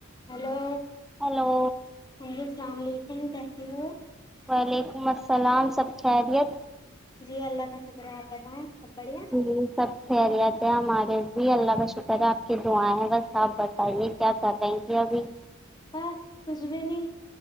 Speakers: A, on the left; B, in the centre.
A: Hello
B: hello
A: جی السلام علیکم کیسے ہو
B: وعلیکم السلام سب خیرییت
A: جی اللہ کا شکر ہے آپ بتائیں بڑھیا
B: جی سب خیریت ہے ہمارے جی اللہ کا ش شکر ہے آپ کی دعیں ہیں بس آپ بتائیے کیا کر رہے گ ابھی
A: بس کچھ بھی نہیں